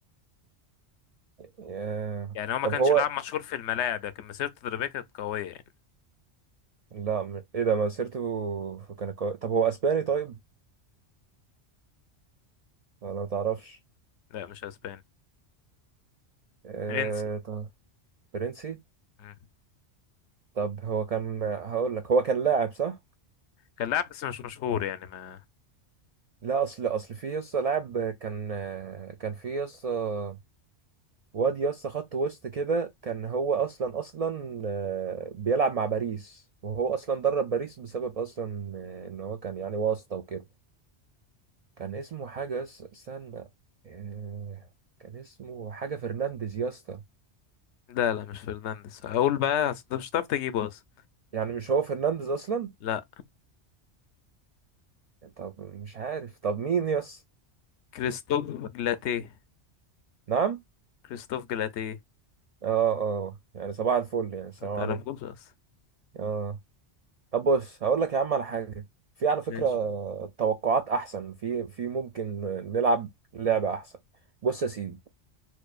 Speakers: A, on the right; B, on the left.
A: يا...
B: يعني هو ما
A: طب
B: كانش
A: هو
B: لاعب مشهور في الملاعب لكن مسيرته التدريبية كانت قوية يعني
A: لا م- ايه ده مسيرته في- كان قوي طب هو اسباني طيب ولا ما تعرفش
B: لا مش اسباني
A: آه...
B: فرنسي
A: طب فرنسي
B: مم.
A: طب هو كان هقول لك هو كان لاعب صح
B: كان لاعب بس مش مشهور يعني ما
A: لا اصل اصل في يسطا لاعب كان كان في يسطا واد يسطا خط وسط كده كان هو اصلا اصلا آه، بيلعب مع باريس وهو اصلا درب باريس بسبب اصلا آه، ان هو كان يعني واسطة وكده كان اسمه حاجة يس- استنى آه، كان اسمه حاجة فرنانديز يا اسطى
B: لا لا مش فرنانديز هقول بقى اصل انت مش هتعرف تجيبه اصلا
A: يعني مش هو فرنانديز أصلا
B: لا
A: طب مش عارف طب مين يس
B: كريستوف جلاتيه
A: نعم
B: كريستوف جلاتيه
A: اه اه يعني صباح الفل يعني السلام
B: ما تعرفوش
A: عليكم
B: اصلا
A: اه طب بص هقول لك يا عم على حاجة في على فكرة
B: ماشي
A: توقعات أحسن في في ممكن نلعب لعبة أحسن بص يا سيدي